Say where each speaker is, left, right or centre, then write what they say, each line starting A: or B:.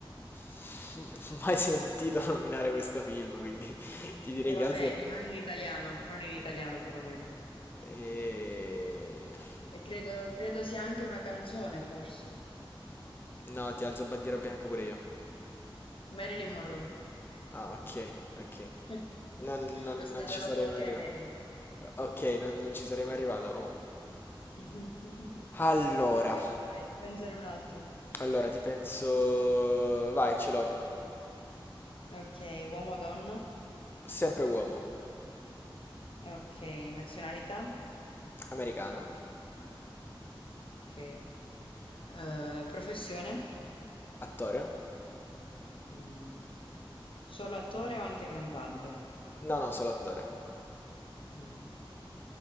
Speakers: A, on the left; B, on the left.
A: <laughs> Mai sentito nominare questo film, quindi <laughs> ti direi
B: E vabbè,
A: che alzo...
B: e non in italiano, non in italiano chiaramente.
A: Eh,
B: E credo, credo sia anche una canzone, forse.
A: No, ti alzo bandiera bianca pure io.
B: Marilyn Monroe.
A: Ah, ok, ok.
B: <laughs>
A: Non, non-
B: Lo scandalo
A: non ci sarei
B: con
A: mai
B: Kennedy.
A: arrivato. Ok, non, non ci sarei mai arrivato. oh.
B: <laughs>
A: Allora,
B: Ok, vai, pensare un altro.
A: allora ti penso... Vai, ce l'ho.
B: Ok, uomo o donna?
A: Sempre uomo,
B: Ok, nazionalità?
A: americano,
B: Ok. Eh, professione?
A: attore.
B: Mm. Solo attore o anche cantante?
A: No, no, solo attore.
B: Mm.